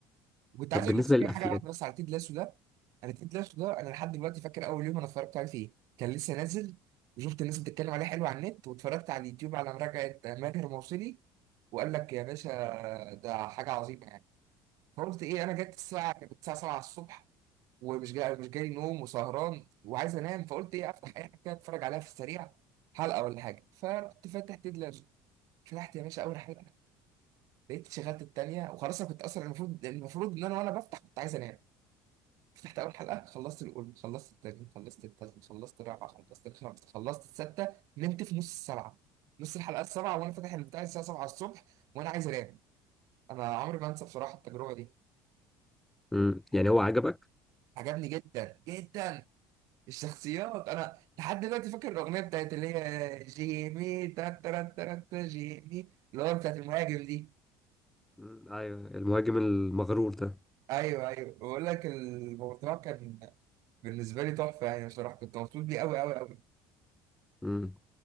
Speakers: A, on the right; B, in the centre.
A: وكنت
B: طب
A: عايز اقول
B: بالنسبة
A: لك صحيح
B: للأفلام
A: حاجه واحده بس على تيد لاسو ده انا تيد لاسو ده انا لحد دلوقتي فاكر اول يوم انا اتفرجت عليه فيه كان لسه نازل وشفت الناس بتتكلم عليه حلو على النت واتفرجت على اليوتيوب على مراجعه ماهر موصلي وقال لك يا باشا ده حاجه عظيمه يعني فقلت ايه انا جت الساعه كانت الساعه 7 الصبح ومش جاي مش جاي نوم وسهران وعايز انام فقلت ايه افتح اي حاجه كده اتفرج عليها في السريع حلقه ولا حاجه فرحت فاتح تيد لاسو فتحت يا باشا اول حلقه لقيت شغلت التانيه وخلاص انا كنت اصلا المفروض المفروض ان انا وانا بفتح كنت عايز انام فتحت اول حلقه خلصت الاولى خلصت التانية خلصت التالتة خلصت الرابعه خلصت الخامسه خلصت السادسه نمت في نص السبعه نص الحلقه السبعه وانا فاتح البتاع الساعه 7 الصبح وانا عايز انام انا عمري ما انسى بصراحه التجربه دي
B: مم. يعني هو عجبك؟
A: عجبني جدا جدا الشخصيات انا لحد دلوقتي فاكر الاغنيه بتاعت اللي هي جيمي تا تا تا تا جيمي اللي هو بتاعت المهاجم دي
B: مم. أيوة المهاجم المغرور ده
A: ايوه ايوه بقول لك الموضوع كان بالنسبه لي تحفه يعني بصراحه كنت مبسوط بيه قوي قوي قوي
B: مم.